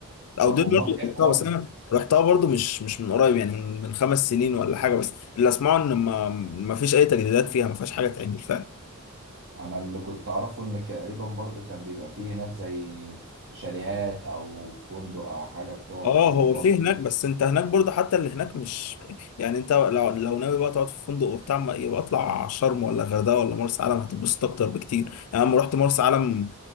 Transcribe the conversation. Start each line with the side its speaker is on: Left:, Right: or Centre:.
Left: او
Right: طب
Left: دول
Right: امال
Left: برضه اللي
Right: ايه
Left: رحتها
Right: حوار
Left: بس انا رحتها برضه مش مش من قريب يعني من من خمس سنين ولا حاجه بس اللي اسمعه ان ما ما فيش اي تجديدات فيها ما فيهاش حاجه تعمل فعلا
Right: انا اللي كنت اعرفه ان تقريبا برضو كان بيبقى فيه هناك زي شاليهات او فندق او حاجه بتقعد
Left: اه
Right: فيه
Left: هو
Right: برضو
Left: في هناك بس انت هناك برضه حتى اللي هناك مش يعني انت لو لو ناوي بقى تقعد في فندق وبتاع ما- يبقى اطلع شرم ولا غردقه ولا مرسى علم هتتبسط اكتر بكتير يعني انا لما رحت مرسى علم